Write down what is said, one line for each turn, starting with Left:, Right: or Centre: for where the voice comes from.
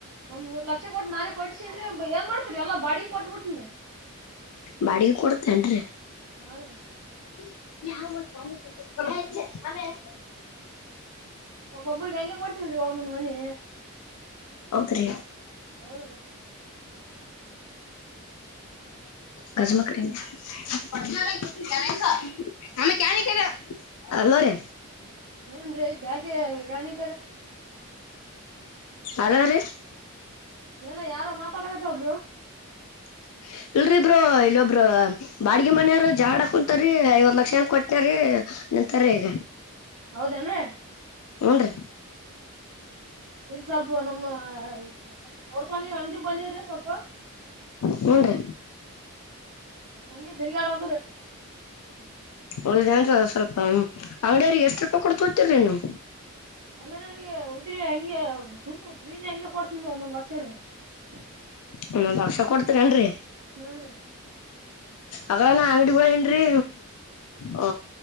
Right: ಒಂದ್ ಮೂರ್ ಲಕ್ಷ ಕೋಟ್ ನಾನೇ ಕಡ್ಸನ್ರಿ ಏನ್ ಮಾಡ್ತರಿ ಎಲ್ಲ ಬ ಡಿ ಕೋಟ್ಬುಟಿನ್ರಿ.
Left: ಬಾಡಿಗೆ ಕೊಡ್ತೇನ್ರಿ.
Right: ಆದ್ರೆ
Left: <unintelligible>
Right: ಒಬ್ ಒಬ್ರಿಗ್ ಹಂಗೆ ಕೊಟ್ಟಲ್ರಿ ಒಂದೊಂದ್ ಮನಿ.
Left: ಹೌದ್ರಿ <unintelligible> <unintelligible>
Right: ಹೌದ್ರಿ
Left: ಗಜ್ಮ್ ಕರಿಂಗ್ <unintelligible> <unintelligible> ಅಲೋ ರೀ
Right: ಏನ್ರೀ ಕ್ಯಾಕೆ ಗಾಣಿ.
Left: ಅಲೋ ರೀ.
Right: ಏನೋ ಯಾರೋ ಮಾತಾಡಕತರ ಬ್ರೋ.
Left: <unintelligible> ಇಲ್ರಿ ಬ್ರೋ ಇಲ್ಲೊಬ್ರ ಬಾಡಿಗೆ ಮನೆಯ್ವರ ಜಾಗಳಾಡಕುಂತ್ಯಾರಿ ಐವತ್ ಲಕ್ಷನ್ ಕೊಟ್ಟನ್ರೀ. ಎಂತಾರೆ ಇಗ.
Right: ಹೌದೇನ್ರಿ.
Left: ಹುನ್ರಿ
Right: ಇಲ್ ಸ್ವಲ್ಪ ನಮ್ಮ ಸ್ವಲ್ ಗೌಡ್ಸನಿ ಅಂಗ್ಡಿಗ್ ಬಂದೇವ್ರಿ ಸ್ವಲ್ಪ.
Left: ಹುನ್ರಿ
Right: ಹಂಗೆ ತಿರ್ಗಾಡದ್ರಿ
Left: ಒದ್ ಏನ್ರೀ ಸ್ವಲ್ಪ್ ಹ್ಮ ಅಂಗ್ಡಿಯ್ರಿಗೆ ಎಷ್ಟ್ ರೂಪಾಯಿ ಕೊಡ್ತಕತಿರ್ರಿ ನೀವು.
Right: ಅಂಗ್ಡಿನರಿಗೆ ಉದ್ರಿ ಹಂಗೆ ಹುಂಡು ಪ್ರೀನಿ ಹಂಗೆ ಕೊಡ್ತಿ ಒಂದೊಂದ್ ಲಕ್ಷರೀ. <unintelligible>
Left: ಓನ್ನೊಂದ್ ಲಕ್ಷ ಕೊಡ್ತಿರ್ ಏನ್ರಿ.
Right: ಹುರೀ
Left: ಅಗನ ಅಂಗ್ಡಿ ಹೋಗ್ಯಾನ್ರಿ. ಹ